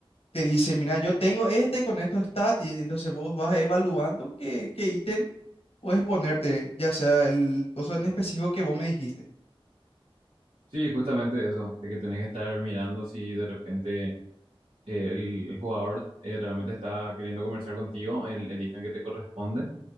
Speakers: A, on the left; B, on the right.
A: te dice, mira, yo tengo este con estos stats, y entonces vos vas evaluando qué, qué ítem puedes ponerte, ya sea el coso en específico que vos me dijiste.
B: Sí, justamente eso, de que tenés que estar mirando si de repente eh, el, el jugador eh, realmente está queriendo comerciar contigo el, el ítem que te corresponde.